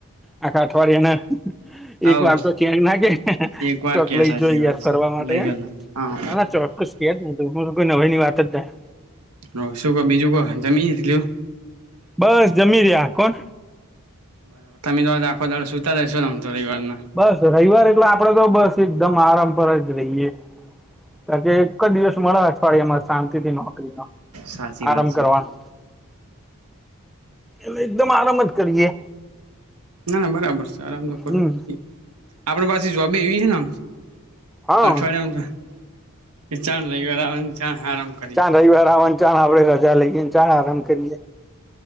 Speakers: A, in the centre; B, on the right.
A: આખા અઠવાડિયેના એક
B: હવ
A: વાર ક્યાંક ના કે
B: એક વાર
A: ચોક
B: કે
A: લઈ
B: સાચી
A: જોય યાર
B: વાત
A: ફરવા
B: છે
A: માટે
B: લઈ જને હા
A: ના ના ચોક્કસ કે જ નહી તો કોઈ નઈ ની વાત જ નહી.
B: હ, સુકો બીજુ કો તમે ઇઝ કીધું
A: બસ જમી રહ્યા કોણ
B: બરાબર તમે તો આજ આખો દાડો સુતા જ હશો ને રવીવાર ના
A: બસ રવિવાર એટલે આપડે તો બસ એકદમ આરામ પર જ રહીએ કારણ કે એક જ દિવસ મળે અઠવાડિયામાં શાંતિ થી નોકરીનો
B: સાચી
A: આરામ
B: વાત છે
A: કરવાનો એટલે એકદમ આરામ જ, કરીએ
B: ના ના બરાબર છે. આરામ તો કરું
A: હમ
B: જ આપડે પાસે જોબી એવી છેને,
A: હા
B: હે અઠવાડિયામાં તો ચાન રવિવાર આવ ને આરામ, કરીએ
A: ચાણ રવિવાર આવન ચાણ આપડે રજા લઈએ ચાણ આરામ કરીએ